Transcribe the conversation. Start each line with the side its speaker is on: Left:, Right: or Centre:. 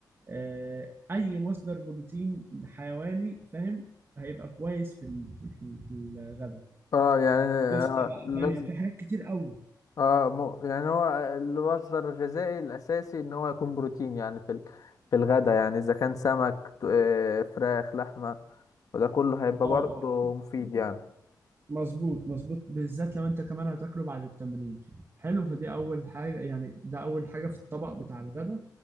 Right: آه، اي مصدر بروتين حيواني فاهم هيبقى كويس في ال- في ال- في الغداء
Left: اه يعني
Right: كفتة
Left: آه
Right: بقى
Left: لازم
Right: فاهم يعني في حاجات كتير قوي
Left: اه مو يعني هو المصدر الغذائي الاساسي ان هو يكون بروتين يعني في ال- في الغداء يعني اذا كان سمك ت- آه، فراخ لحمه وده كله هيبقى
Right: اه
Left: برضه
Right: اه
Left: مفيد يعني
Right: مظبوط مظبوط بالذات لو انت كمان هتاكله بعد التمرين حلو فدي اول حاجة يعني ده اول حاجة في الطبق بتاع الغدا